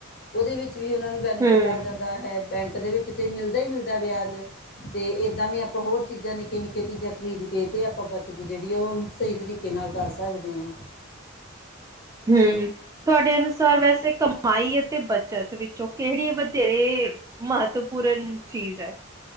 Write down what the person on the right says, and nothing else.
ਹੂੰ।
ਹੂ ਤੁਹਾਡੇ ਅਨੁਸਾਰ ਵੈਸੇ ਕ ਕਮਾਈ ਅਤੇ ਬੱਚਤ ਵਿੱਚੋਂ ਕਿਹੜੀ ਵਧੇਰੇ ਮਹੱਤਵਪੂਰਨ ਚੀਜ਼ ਹੈ।